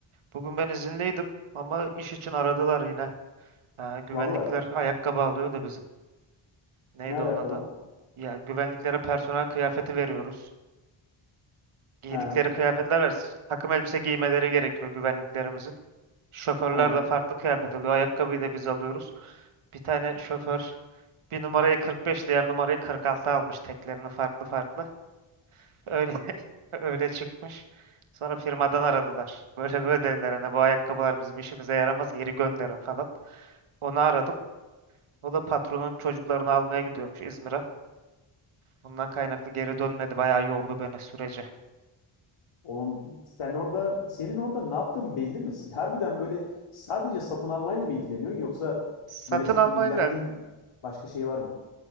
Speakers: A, on the right; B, on the left.
A: bugün ben izinliydim ama iş için aradılar yine. Ha, güvenlikler
B: Valla
A: ayakkabı alıyor da bizim. Neydi
B: ne alaka
A: onun adı?
B: lan?
A: Ya güvenliklere personel kıyafeti veriyoruz. Giydikleri
B: He
A: kıyafetler var. Takım elbise giymeleri gerekiyor güvenliklerimizin. Şoförler
B: aynen.
A: de farklı kıyafet alıyor. Ayakkabıyı da biz alıyoruz. Bir tane şoför bir numarayı 45, diğer numarayı 46 almış teklerini farklı farklı. Öyle <laughs> öyle çıkmış. Sonra firmadan aradılar. Böyle böyle dediler hani bu ayakkabılar bizim işimize yaramaz geri gönderin falan. Onu aradım. O da patronun çocuklarını almaya gidiyormuş İzmir'e. Bundan kaynaklı geri dönmedi. Bayağı yordu beni süreci.
B: Oğlum sen orada senin orada ne yaptığın belli mi? Harbiden böyle sadece satın almayla mı ilgileniyorsun yoksa
A: Satın
B: böyle çok
A: almayla
B: ilgilendiğin başka şey var mı?